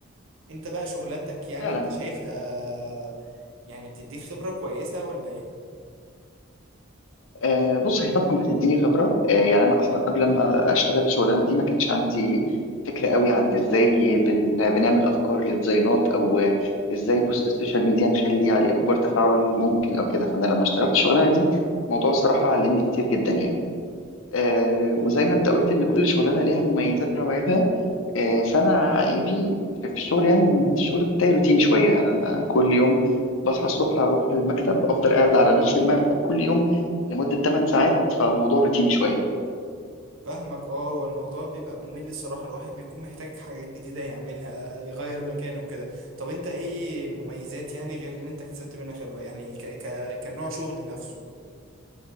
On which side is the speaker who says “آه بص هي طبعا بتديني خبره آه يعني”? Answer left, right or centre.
Left